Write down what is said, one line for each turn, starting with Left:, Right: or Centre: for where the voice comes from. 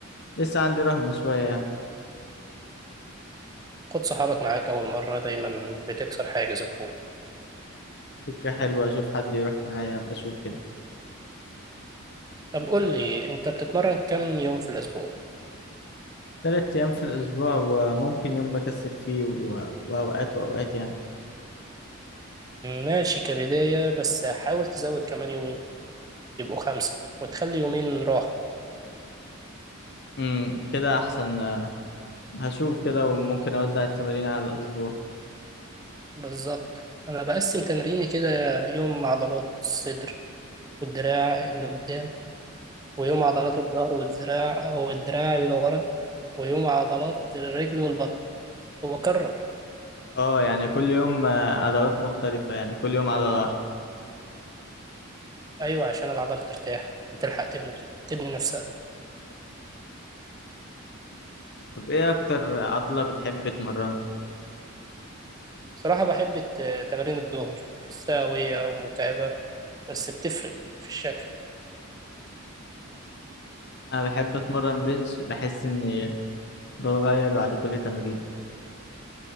Left: لسه عندي رهبة شوية يعني
Right: خد صحابك معاك أول مرة دايما بتكسر حاجز الخوف
Left: فكرة حلوة اشوف حد يروح معايا بشوف كده
Right: طب قول لي أنت بتتمرن كم يوم في الأسبوع؟
Left: تلات ايام في الاسبوع وممكن يوم بكسل فيه و... واوقات واوقات يعني
Right: ماشي كبداية بس حاول تزود كمان يومين يبقوا خمسة وتخلي يومين راحة
Left: مم، كده احسن آه هشوف كده وممكن اوزع التمارين على الاسبوع
Right: بالظبط أنا بقسم تمريني كده يوم عضلات الصدر والدراع اللي قدام ويوم عضلات الظهر والذراع والدراع اللي ورا ويوم عضلات الرجل والبطن وبكرر
Left: اه يعني كل يوم آه، عضلات مختلفة يعني كل يوم عضلة واحدة
Right: أيوة عشان العضلة ترتاح وتلحق تبني تبني نفسها
Left: طب ايه اكتر عضلة بتحب تمرنها
Right: صراحة بحب الت- تمارين الظهر بحسها قوية ومتعبة بس بتفرق في الشكل
Left: انا بحب اتمرن بنش بحس اني بتغير بعد كل تمرين